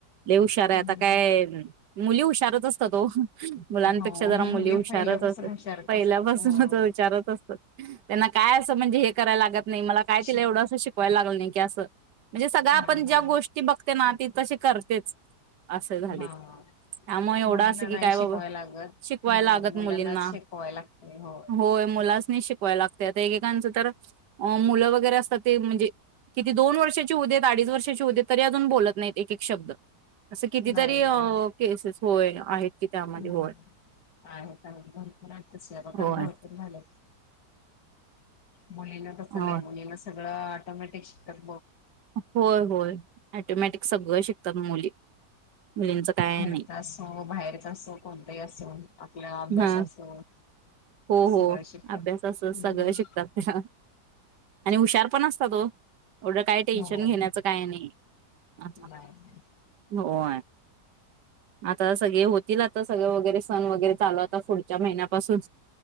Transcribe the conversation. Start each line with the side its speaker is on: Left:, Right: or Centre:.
Right: लय हुशार
Left: हम्म
Right: हाय आता काय नं मुली हुशारच असतात ओ. मुलांपेक्षा
Left: हो
Right: जरा मुली हुशारच
Left: पहिल्यापासून
Right: असत्यात,
Left: हुशारच
Right: पहिल्यापासूनच
Left: असतात हो
Right: हुशारच असत्यात. त्यांना काय असं म्हणजे हे करायला लागत नाइ मला काय तिला
Left: शिक
Right: एवढं असं शिकवाय लागत ना नाई की असं म्हणजे सगळं आपण
Left: हा हा
Right: ज्या गोष् ती बघते ना ती तशी करतेच असं झालय,
Left: हा
Right: त्यामुळे एवढं
Left: मुलींना
Right: असं
Left: नाही
Right: की काय
Left: शिकवाय
Right: बाबा
Left: लागत
Right: शिकवाय
Left: हो
Right: लागत
Left: मुलांनाच
Right: मुलींना
Left: शिकवाय लागते हो
Right: होय मुलासनी शिक होय लागत्यात एककांच तर अं मुलं वगैरे असतात ते म्हणजे किती दोन वर्षाची होऊ देत अडीच वर्षाची होऊ देत तरी अजून बोलत नाइत एक एक शब्द असं कितीतरी
Left: नाइ नाइ
Right: अ, केसेस होय आहेत की त्यामध्ये
Left: ह
Right: होय.
Left: आहेत आहेत भरपूर हाइत तशा कारण
Right: होय.
Left: भरपूर झाल्यात. मुलींना तसं
Right: होय
Left: नाइ मुलीना सं अ आटोमॅटिक शिकल
Right: होय होय अटोमॅटिक सगळ शिकतात मुली. मुलींचं काय
Left: घरचा
Right: नाही.
Left: असो बाहेरचा असो कोणताही असो आपला अभ्यास
Right: हा
Left: असो
Right: हो हो
Left: सगळं शिकतात.
Right: अभ्यास अस
Left: हम्म
Right: सगळं शिकतात ते आणि हुशार पण असतात ओ. एवढं काय टेन्शन
Left: हो
Right: घेण्याच काय नाही आ
Left: नाही
Right: हो आता सगळे होतील आता सगळ वगैरे सन वगरे चालू आता पुढच्या महिन्यापासून